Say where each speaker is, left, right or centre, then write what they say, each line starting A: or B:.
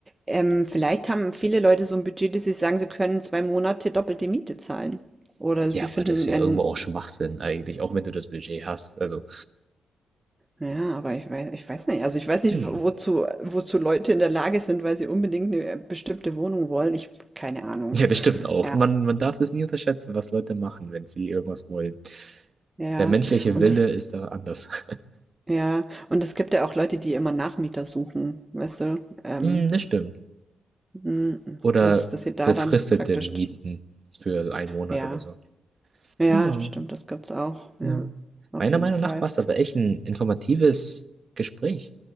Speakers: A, on the right (about 20°); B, on the right (about 45°).
A: ähm, vielleicht haben viele Leute so ein Budget, dass sie sagen, sie können 2 Monate doppelte Miete zahlen. Oder
B: Ja,
A: sie
B: aber
A: finden
B: das ist ja
A: ein
B: irgendwo auch Schwachsinn eigentlich, auch wenn du das Budget hast. Also,
A: ja, aber ich weiß, ich weiß nicht. Also, ich weiß nicht,
B: hm.
A: wo wozu
B: <laughs>
A: wozu Leute in der Lage sind, weil sie unbedingt eine bestimmte Wohnung wollen. Ich keine Ahnung.
B: Ja, das stimmt auch.
A: Ja,
B: Man, man darf das nie unterschätzen, was Leute machen, wenn sie irgendwas wollen.
A: ja.
B: Der menschliche
A: Und
B: Wille
A: das
B: ist da anders. <laughs>
A: ja, und es gibt ja auch Leute, die immer Nachmieter suchen, weißt du? Ähm,
B: Hm, das stimmt.
A: mhm,
B: Oder
A: dass dass sie da
B: befristete
A: dann praktisch
B: Mieten für einen Monat
A: ja,
B: oder so.
A: ja,
B: Genau.
A: das stimmt, das gibt's auch, ja,
B: Ja.
A: auf
B: Meiner
A: jeden
B: Meinung
A: Fall.
B: nach war es aber echt ein informatives Gespräch.